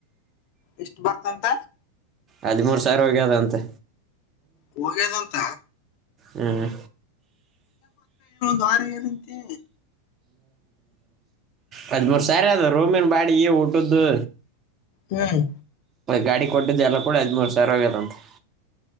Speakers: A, on the left; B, on the right.
A: ಎಷ್ಟು ಬರ್ತಂತ
B: ಹದಿಮೂರ್ ಸಾವಿರ ಹೋಗದಂತೆ
A: ಹೋಗ್ಯದಂತ
B: ಹ್ಮ್
A: ದಾರಿ ಏನಂತೆ
B: ಹದ್ಮೂರು ಸಾರಿ ಅ ರೂಮಿನ್ ಬಾಡಿಗೆ ಊಟದ್ದು
A: ಹ್ಮ್
B: ಗಾಡಿ ಕೊಟ್ಟಿದ್ದು ಎಲ್ಲ ಕೂಡ ಹದಿಮೂರು ಸಾವರ ಆಲ್ಲಂತೆ